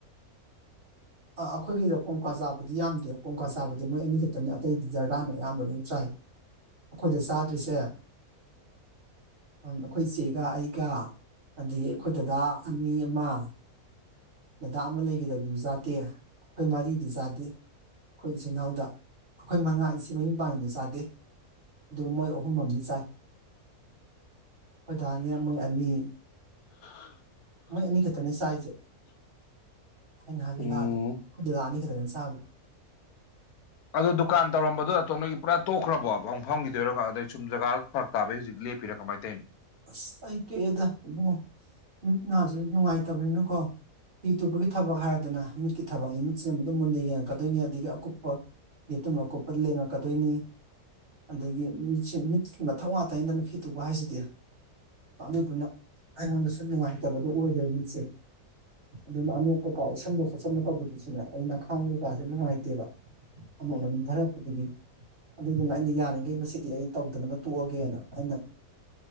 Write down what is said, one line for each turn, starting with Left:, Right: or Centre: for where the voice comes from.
Right: ꯑ ꯑꯩꯈꯣꯏꯒꯤꯔꯣ ꯀꯣꯡꯀ꯭ꯋꯥ ꯆꯥꯕꯗꯤ ꯌꯥꯝꯗꯦ ꯀꯣꯡꯀ꯭ꯋꯥ ꯆꯥꯕꯗꯤ ꯃꯣꯏ ꯑꯅꯤ ꯈꯛꯇꯅꯤ ꯑꯇꯩꯗꯤ ꯖꯔꯗꯥꯅ ꯑꯌꯥꯝꯕ ꯂꯣꯏ ꯆꯥꯏ
Left: <inaudible>
Right: ꯑꯈꯣꯏꯗ ꯆꯥꯗ꯭ꯔꯤꯁꯦ ꯎꯝ ꯑꯩꯈꯣꯏ ꯆꯦꯒ ꯑꯩꯒ ꯑꯗꯒꯤ ꯑꯩꯈꯣꯏ ꯗꯗꯥ ꯑꯅꯤ ꯑꯃ ꯗꯗꯥ ꯑꯃ ꯂꯩꯒꯤꯗꯕꯗꯨꯖꯩ ꯆꯥꯗꯦ ꯑꯩꯈꯣꯏ ꯃꯔꯤꯗꯤ ꯆꯥꯗꯦ ꯑꯩꯈꯣꯏ ꯏꯆꯤꯜ ꯏꯅꯥꯎꯗ ꯑꯩꯈꯣꯏ ꯃꯉꯥ ꯏꯆꯦ ꯃꯌꯨꯝ ꯄꯥꯟꯒꯤꯕꯗꯣ ꯆꯥꯗꯦ ꯑꯗꯨꯒ ꯃꯣꯏ ꯑꯍꯨꯝꯑꯃꯗꯤ ꯆꯥꯏ ꯑꯩꯈꯣꯏꯗꯥꯅꯦ ꯃꯣꯏ ꯑꯅꯤ
Left: <unintelligible>
Right: ꯃꯣꯏ ꯑꯅꯤꯈꯛꯇꯅꯦ ꯆꯥꯏꯖꯦ ꯑꯩꯅ ꯍꯥꯏꯗꯣ
Left: ꯎꯝ
Right: ꯂꯥꯜꯂꯦ ꯑꯩꯈꯣꯏ ꯗꯗꯥ ꯑꯅꯤ ꯈꯛꯇꯅꯦ ꯆꯥꯕ
Left: ꯑꯗꯨ ꯗꯨꯀꯥꯟ ꯇꯧꯔꯝꯕꯗꯣ ꯅꯇꯣꯟꯗꯒꯤ ꯄꯨꯔꯥ ꯇꯣꯛꯈ꯭ꯔꯕꯣ ꯑꯃꯨꯛ ꯐꯝꯒꯤꯗꯨꯏꯔꯣ ꯖꯒꯥꯗ ꯐꯔꯛ ꯇꯥꯕꯩ ꯍꯧꯖꯤꯛ ꯂꯦꯄꯤꯔ ꯀꯃꯥꯏ ꯇꯧꯏꯅꯣ
Right: ꯑꯁ ꯑꯩ ꯇꯣꯛꯑꯦꯗ ꯏꯕꯨꯡꯉꯣ ꯃꯤꯠ ‌ꯅꯁꯨ ꯅꯨꯡꯉꯥꯏꯇꯕꯅꯤꯅꯀꯣ ꯐꯤ ꯇꯨꯕꯒꯤ ꯊꯕꯛ ꯍꯥꯏꯔꯦꯗꯅ ꯃꯤꯠꯀꯤ ꯊꯕꯛꯅꯤꯃꯤꯨꯠꯁꯤꯅ ꯑꯗꯨꯝ ꯃꯨꯟꯅ ꯌꯦꯡꯉꯛꯀꯗꯣꯏꯅꯤ ꯑꯗꯒꯤ ꯑꯀꯨꯞꯄ ꯌꯦꯇꯨꯝ ꯑꯀꯨꯞꯄꯗ ꯂꯦꯡꯉꯛꯀꯗꯣꯏꯅꯤ ꯑꯗꯒꯤ ꯃꯤꯠ ꯃꯤꯠꯀꯤ ꯃꯊꯛ ꯉꯇꯅꯤꯗꯅ ꯐꯤ ꯇꯨꯕ ꯍꯥꯏꯁꯤꯗꯤ ꯑꯗꯨꯗꯨꯅ ꯑꯩꯉꯣꯟꯗꯁꯨ ꯅꯨꯡꯉꯥꯏꯇꯕꯗꯣ ꯑꯣꯏꯔꯦꯕ ꯃꯤꯠꯁꯦ ꯑꯗꯨꯅ ꯑꯅꯣꯛ ꯀꯩꯀꯥ ꯎꯠꯁꯟꯗ ꯈꯣꯠꯁꯟꯕ ꯇꯧꯕꯗꯨꯁꯨꯅꯦ ꯑꯩ ꯅꯈꯥꯡ ꯀꯩꯀꯥꯥꯁꯦ ꯅꯨꯡꯉꯥꯏꯇꯦꯕ ꯑꯇꯣꯞꯄ ꯅꯝꯊꯔꯛꯄꯒꯤ ꯑꯗꯨꯏꯗꯨꯅ ꯑꯩꯅ ꯌꯥꯔꯤꯈꯩ ꯃꯁꯤꯗꯤ ꯑꯩ ꯇꯧꯗꯅꯕ ꯇꯣꯛꯑꯒꯦꯅ ꯑꯩꯅ